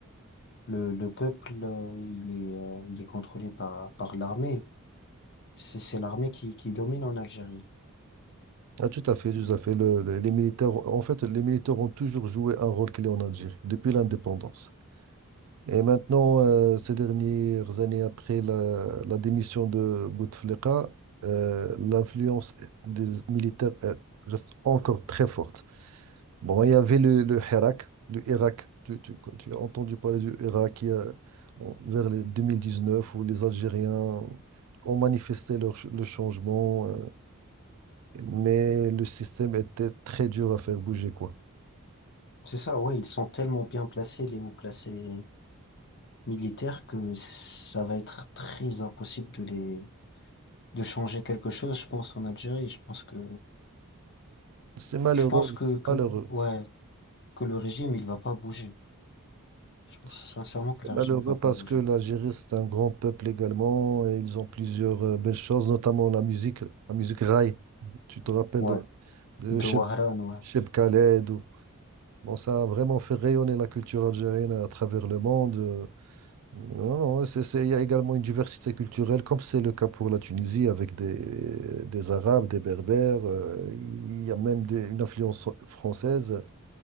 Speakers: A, on the left; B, on the right.
A: le, le peuple euh, il est euh, il est contrôlé par par l'armée. C'est c'est l'armée qui qui domine en Algérie.
B: Ah, tout à fait, tout à fait. Le- le- les militaires, en fait, les militaires ont toujours joué un rôle clé en Algérie, depuis l'indépendance. Et maintenant, euh, ces dernières années après la, la démission de Bouteflika, euh, l'influence des militaires euh, reste encore très forte. Bon, il y avait le, le Hirak, le Irak. Tu, tu- tu as entendu parler du Irak il y a- bon, vers les 2019 où les Algériens ont manifesté leur, ch- le changement, euh, mais le système était très dur à faire bouger, quoi.
A: C'est ça, ouais, ils sont tellement bien placés les hauts placés militaires que ça va être très impossible de les de changer quelque chose, je pense en Algérie. Je pense que
B: C'est malheureux,
A: je pense que
B: c'est
A: que
B: malheureux.
A: ouais que le régime il va pas bouger. Je pense
B: C'est
A: sincèrement que le
B: malheureux
A: régime va pas
B: parce
A: bouger.
B: que l'Algérie, c'est un grand peuple également et ils ont plusieurs euh, belles choses, notamment la musique, la musique raï. Tu te rappelles
A: Ouais.
B: de, de
A: De
B: Cheb,
A: Warren, ouais.
B: Cheb Khaled. ou- Bon, ça a vraiment fait rayonner la culture algérienne à travers le monde. euh. Non, non, c'est, c'est- il y a également une diversité culturelle, comme c'est le cas pour la Tunisie, avec des, des Arabes, des Berbères. euh, Il y a même des- une influence française,